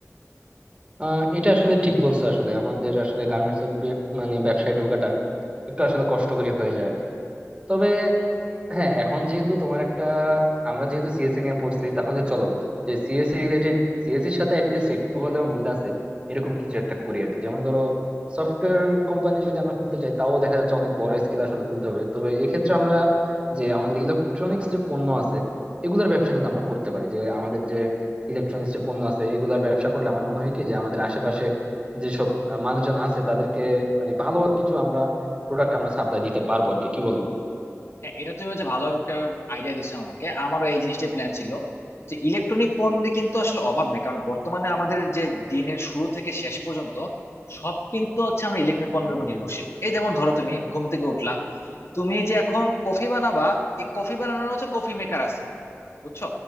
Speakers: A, on the right; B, on the left.
A: আহ, এটা আসলে ঠিক বলছো আসলে আমাদের আসলে গার্মেন্টস এর বে- মানে ব্যবসায় ঢোকাটা একটু আসলে কষ্টকরই হয়ে যায় আর কি তবে হ্যাঁ এখন যেহেতু তোমার একটা আমরা যেহেতু সিএসসি নিয়ে পড়ছি তাহলে চলো যে সিএসসি রিলেটেড সিএসসির সাথে অ্যাটলিস্ট একটু হলেও মিল আছে এরকম কিছু একটা করি আর কি যেমন ধরো সফটওয়্যার কোম্পানি যদি আমরা খুলতে চাই তাও দেখা যাচ্ছে অনেক বড় স্কেলে আসলে খুলতে হবে তবে এক্ষেত্রে আমরা যে আমাদের ইলেকট্রনিক্স যে পণ্য আছে এগুলোর ব্যবসা কিন্তু আমরা করতে পারি যে আমাদের যে ইলেকট্রনিক্স যে পণ্য আছে এগুলোর ব্যবসা করলে আমার মনে হয় কি যে আমাদের আশেপাশে যেসব আহ, মানুষজন আছে তাদেরকে মানে ভালো কিছু আমরা প্রোডাক্ট আমরা সাপ্লাই দিতে পারবো আর কি কি বলো
B: হ্যাঁ এটা তুমি হচ্ছে ভালো একটা আইডিয়া দিছো আমাকে আমারও এই জিনিসটাই প্ল্যান ছিল যে ইলেকট্রনিক পণ্যে কিন্তু আসলে অভাব নাই কারণ বর্তমানে আমাদের যে দিনের শুরু থেকে শেষ পর্যন্ত সব কিন্তু হচ্ছে আমরা ইলেকট্রনিক পণ্যের উপর নির্ভরশীল এই যেমন ধরো তুমি ঘুম থেকে উঠলা তুমি যে এখন কফি বানাবা এই কফি বানানোর হচ্ছে কফি মেকার আছে বুঝছো